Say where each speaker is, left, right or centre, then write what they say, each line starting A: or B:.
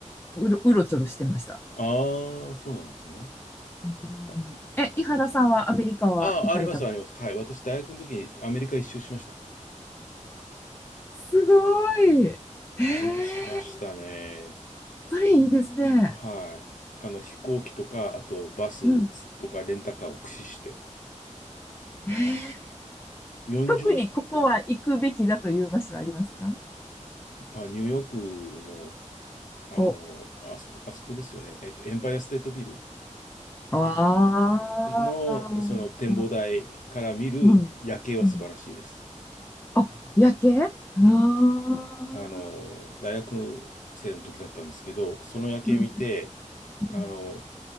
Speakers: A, on the left; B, on the left.
A: うろ、うろちょろしてました。
B: ああ、そうなんですね。
A: うん。
B: あ、
A: え、伊原さんはアメリカは行かれたこと
B: あ、あります、あります。はい。私、大学の時にアメリカ一周しました。
A: すごい。へえ、
B: しま、しましたね。
A: それいいですね。
B: はい。あの、飛行機とか、あとバス
A: うん。
B: とかレンタカーを駆使して、
A: え
B: 40日、
A: 特にここは行くべきだという場所はありますか
B: まあ、ニューヨークの、あの、
A: お、
B: あそこ、あそこですよね。えっと、エンパイアステートビル。
A: ああ、
B: の、その展望台から見る夜景は素晴らしいです。
A: うん、うん。あ、夜景ああ
B: うん。あの、大学生の時だったんですけど、その夜景見て、
A: ー、うん、うん、
B: あの、